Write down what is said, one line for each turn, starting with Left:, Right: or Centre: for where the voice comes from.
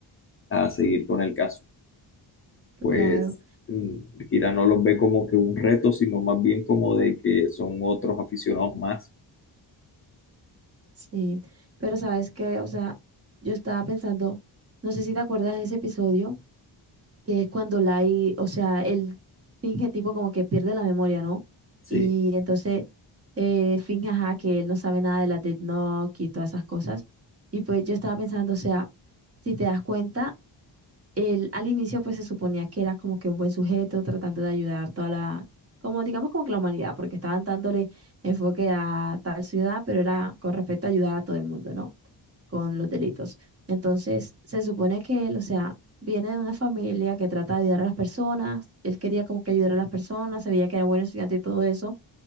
Left: a seguir con el caso. pues
Right: claro.
Left: mm, Kira no los ve como que un reto, sino más bien como de que son otros aficionados más.
Right: Sí, pero sabes que, o sea, yo estaba pensando, no sé si te acuerdas de ese episodio, que es cuando Lai, o sea, él finge tipo como que pierde la memoria, ¿no?
Left: Sí,
Right: Y entonces eh, finge, ajá, que él no sabe nada de la Death Note y todas esas cosas. Y pues yo estaba pensando, o sea, si te das cuenta, él al inicio pues se suponía que era como que un buen sujeto tratando de ayudar toda la, como digamos como que la humanidad, porque estaban dándole enfoque a tal ciudad, pero era con respecto a ayudar a todo el mundo, ¿no? con los delitos. Entonces, se supone que él, o sea, viene de una familia que trata de ayudar a las personas, él quería como que ayudar a las personas, sabía que era buen estudiante y todo eso,